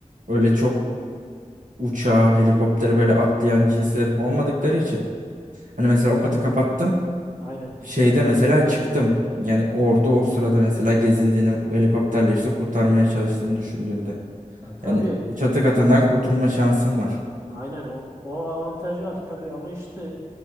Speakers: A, on the right; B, on the right.
A: öyle çok uçağa, helikoptere böyle
B: Evet
A: atlayan cinsler olmadıkları için Hani mesela o katı kapattım.
B: aynen.
A: Şeyde mesela çıktım. Yani orada o sırada mesela gezindiğini, o helikopterle işte kurtarmaya çalıştığını düşündüğünde.
B: Ya tabii
A: Yani çatı katından kurtulma şansım var.
B: Aynen o, o avantaj var tabii ama işte